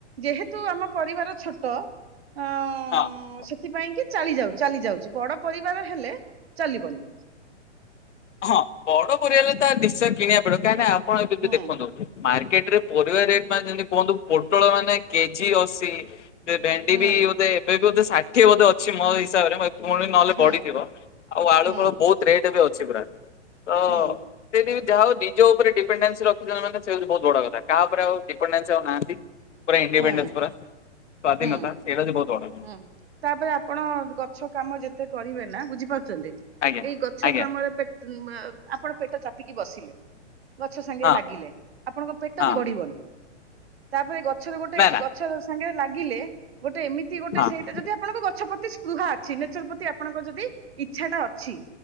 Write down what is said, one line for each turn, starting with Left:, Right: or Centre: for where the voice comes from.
Right: ଯେହେତୁ ଆମ ପରିବାର ଛୋଟ ଅ
Left: ହଁ।
Right: ସେଥିପାଇଁ କି ଚାଳି ଯାଉଚି, ଚାଲି ଯାଉଚି, ବଡ଼ ପରିବାର ହେଲେ ଚାଲିବନି।
Left: ହଁ ବଡ଼ ପରିବାର ତା ନିଶ୍ଚୟ କିଣିବାକୁ ପଡ଼ିବ, କାହିଁ ନା ଆପଣ ଏବେବି
Right: ହୁଁ
Left: ଦେଖନ୍ତୁ ମାର୍କେଟ୍ ରେ ପରିବା ରେଟ୍ ମାନେ ଯେମିତି କୁହନ୍ତୁ, ପୋଟଳ ମାନେ କେଜି ଅଶୀ ସେ ଭେଣ୍ଡି
Right: ହୁଁ
Left: ବି ବୋଧେ ଏବେ ବୋଧେ ଷାଠିଏ ବୋଧେ ଅଛି ମୋ ହିସାବରେ ପୁଣି ନହେଲେ
Right: ହୁଁ
Left: ବଢିଥିବ, ଆଉ ଆଳୁ
Right: ହୁଁ
Left: ଫାଳୁ ବହୁତ୍ ରେଟ୍ ବି ଅଛି ପୁରା, ତ
Right: ହୁଁ
Left: ସେଦି ଯାହା ହଉ ନିଜ ଉପରେ ଡିପେଣ୍ଡେନ୍ସି ରଖିଛନ୍ତି ମାନେ ସେ ହଉଛି ବହୁତ ବଡ଼ କଥା, କାହା ଉପରେ ଆଉ ଡିପେଣ୍ଡେନ୍ସି ଆଉ ନାହାନ୍ତି। ପୁରା ଇଣ୍ଡିପେଣ୍ଡେନସ
Right: ହୁଁ
Left: ପୁରା, ସ୍ୱାଧୀନତା,
Right: ହୁଁ
Left: ସେଇଟା ହଉଚି ବହୁତ ବଡ଼ କଥା।
Right: ହୁଁ, ତାପରେ ଆପଣ ଗଛ କାମ ଯେତେ କରିବେ ନା ବୁଝିପାରୁଛନ୍ତି?
Left: ଆଜ୍ଞା
Right: ଏଇ ଗଛ
Left: ଆଜ୍ଞା
Right: କାମରେ ପେଟ ଆପଣ ପେଟ ଚାପିକି ବସିଲେ। ଗଛ ସାଙ୍ଗେ
Left: ହଁ
Right: ଲାଗିଲେ ଆପଣଙ୍କ ପେଟ
Left: ହଁ।
Right: ବି ବଢ଼ିବନି। ତାପରେ ଗଛରେ ଗୋଟେ
Left: ନା ନା
Right: ଗଛ ସାଙ୍ଗରେ ଲାଗିଲେ ଗୋଟେ ଏମିତି ଗୋଟେ
Left: ହଁ
Right: ସେଇଟା ଯଦି ଆପଣଙ୍କ ଗଛ ପ୍ରତି ସ୍ପୃହା ଅଛି ନେଚର ପ୍ରତି ଆପଣଙ୍କ ଯଦି ଇଚ୍ଛାଟା ଅଛି।